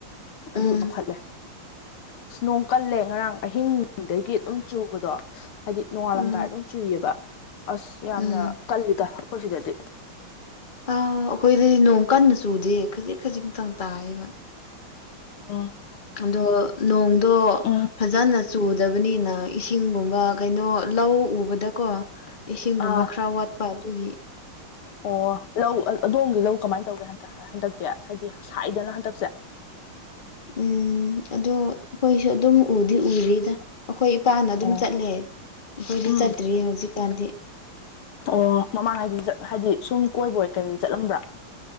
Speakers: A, on the left (about 80°); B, on the left (about 25°).
A: ꯑꯗꯨ
B: ꯎꯝ
A: ꯆꯥꯎꯈꯠꯂꯦ ꯑꯁ ꯅꯣꯡ ꯀꯜꯂꯦ ꯉꯔꯥꯡ ꯑꯍꯤꯡꯗꯒꯤ ꯑꯗꯨꯝ ꯆꯨꯕꯗꯣ ꯍꯥꯏꯗꯤ ꯅꯣꯡꯉꯥꯜꯂꯝꯗꯥꯏ
B: ꯎꯝ
A: ꯑꯗꯨꯝ ꯆꯨꯏꯌꯦꯕ ꯑꯁ ꯌꯥꯝꯅ
B: ꯎꯝ
A: ꯀꯜꯂꯤꯗ ꯑꯩꯈꯣꯏ ꯁꯤꯗꯗꯤ
B: ꯑꯥ ꯑꯩꯈꯣꯏꯗꯗꯤ ꯅꯣꯡ ꯀꯟꯅ ꯆꯨꯗꯦ ꯈꯖꯤꯛ ꯈꯖꯤꯛꯇꯪ ꯇꯥꯏꯌꯦꯕ
A: ꯎꯝ
B: ꯑꯗꯣ ꯅꯣꯡꯗꯣ
A: ꯎꯝ
B: ꯐꯥꯖꯅ ꯆꯨꯗꯕꯅꯤꯅ ꯏꯁꯤꯡꯒꯨꯝꯕ ꯀꯩꯅꯣ ꯂꯧ ꯎꯕꯗꯀꯣ ꯏꯁꯤꯡꯒꯨꯝꯕ
A: ꯑꯥ
B: ꯈꯔ ꯋꯥꯠꯄ ꯑꯗꯨꯒꯤ
A: ꯑꯣ ꯂꯧ ꯑꯗꯣꯝꯒꯤ ꯂꯧ ꯀꯃꯥꯏꯅ ꯇꯧꯒꯦ ꯍꯟꯗꯛ ꯍꯟꯗꯛꯇꯤ ꯍꯥꯏꯗꯤ ꯁꯥꯏꯗꯅ ꯍꯟꯗꯛꯁꯦ
B: ꯎꯝ ꯑꯗꯣ ꯑꯩꯈꯣꯏꯁꯨ ꯑꯗꯨꯝ ꯎꯗꯤ ꯎꯔꯤꯗ ꯑꯩꯈꯣꯏ ꯏꯄꯥꯅ ꯑꯗꯨꯝ
A: ꯑꯣ
B: ꯆꯠꯂꯦ ꯑꯩꯈꯣꯏꯗꯤ
A: ꯎꯝ
B: ꯆꯠꯇ꯭ꯔꯤꯌꯦ ꯍꯧꯖꯤꯛꯀꯥꯟꯗꯤ
A: ꯑꯣ ꯃꯃꯥꯡꯉꯩꯗꯤ ꯍꯥꯏꯗꯤ ꯁꯨꯝ ꯀꯣꯏꯕꯣꯏ ꯀꯩꯕꯣꯏ ꯆꯠꯂꯝꯕ꯭ꯔꯥ